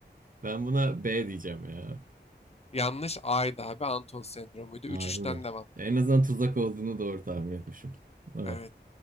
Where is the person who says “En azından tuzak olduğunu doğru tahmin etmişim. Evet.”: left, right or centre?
Right